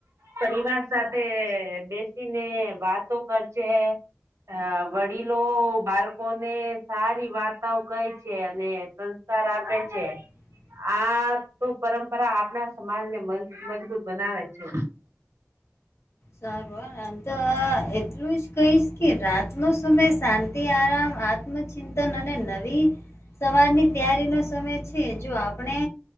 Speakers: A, on the right; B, on the left.
A: પરિવાર સાથે બેસીને વાતો કર છે. અ વડીલો બાળકો ને સારી વાર્તાઓ કઈ છે અને સંસ્કાર આપે
B: <inaudible>
A: છે. આ તો પરંપરા આપણા સમાજને મજબૂત બનાવે છે.
B: સારુંમ તો એટલું જ કઈશ. રાતનો સમય શાંતિ આરામ આત્મચિંતન અને નવી સવારની. તારીનો સમય છે જો આપણે